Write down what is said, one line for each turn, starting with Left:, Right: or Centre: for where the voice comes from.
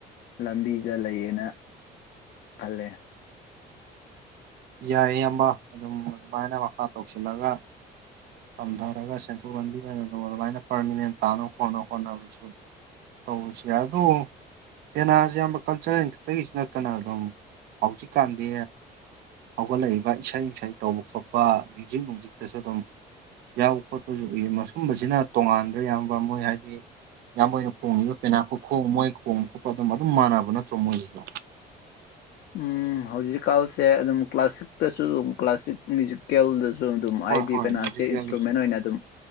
Left: ꯂꯝꯕꯤꯗ ꯂꯩꯌꯦꯅ ꯈꯜꯂꯦ
Right: ꯌꯥꯏ ꯏꯌꯥꯝꯕ ꯑꯗꯨꯝ ꯑꯗꯨꯃꯥꯏꯅ ꯃꯈꯥ ꯇꯧꯁꯤꯜꯂꯒ ꯇꯝꯊꯔꯒ ꯁꯦꯟꯊꯣꯛ ꯂꯝꯕꯤ ꯑꯣꯏꯅ ꯑꯗꯨ ꯑꯗꯨꯃꯥꯏꯅ ꯄꯔꯃꯤꯅꯦꯟ ꯇꯥꯅ ꯈꯣꯠꯅ ꯍꯣꯠꯅꯕꯁꯨ ꯇꯧꯁꯦ ꯑꯗꯣ ꯄꯦꯅꯥꯁꯦ ꯏꯌꯥꯝꯕ ꯀꯜꯆꯔꯦꯜ ꯈꯛꯇꯒꯤꯁꯨ ꯅꯠꯇꯅ ꯑꯗꯨꯝ ꯍꯧꯖꯤꯛꯀꯥꯟꯗꯤ ꯍꯧꯒꯠꯂꯛꯏꯕ ꯏꯁꯩ ꯅꯪꯁꯩ ꯇꯧꯕ ꯈꯣꯠꯄ ꯃ꯭ꯌꯨꯖꯤꯛ ꯅꯨꯡꯖꯤꯛꯇꯁꯨ ꯑꯗꯨꯝ ꯌꯥꯎꯕ ꯈꯣꯠꯄꯁꯨ ꯎꯏ ꯃꯁꯒꯨꯝꯕꯁꯤꯅ ꯇꯣꯉꯥꯟꯕ ꯏꯌꯥꯝꯕ ꯃꯣꯏ ꯍꯥꯏ ꯍꯥꯏꯗꯤ ꯏꯌꯥꯝꯕꯅ ꯈꯣꯡꯉꯤꯕ ꯄꯦꯅꯥꯀ ꯈꯣꯡ ꯃꯣꯏ ꯈꯣꯡꯕ ꯈꯣꯠꯄ ꯑꯗꯨꯝ ꯑꯗꯨꯝ ꯃꯥꯟꯅꯕ ꯅꯠꯇ꯭ꯔꯣ ꯃꯣꯏꯁꯤꯁꯨ
Left: ꯎꯝ ꯍꯧꯖꯤꯛꯀꯜꯁꯦ ꯑꯗꯨꯝ ꯀ꯭ꯂꯥꯁꯤꯛꯇꯁꯨ ꯑꯗꯨꯝ ꯀ꯭ꯂꯥꯁꯤꯛ ꯃ꯭ꯌꯨꯖꯤꯀꯦꯜꯗꯁꯨ ꯁꯨ ꯑꯗꯨꯝ
Right: ꯍꯣꯏ
Left: ꯍꯥꯏꯗꯤ
Right: ꯍꯣꯏ
Left: ꯄꯦꯅꯥꯁꯦ
Right: ꯃ꯭ꯌꯨꯖꯤꯀꯦꯜꯒꯤꯁꯨ
Left: ꯏꯟꯁꯇ꯭ꯔꯨꯃꯦꯟ ꯑꯣꯏꯅ ꯑꯗꯨꯝ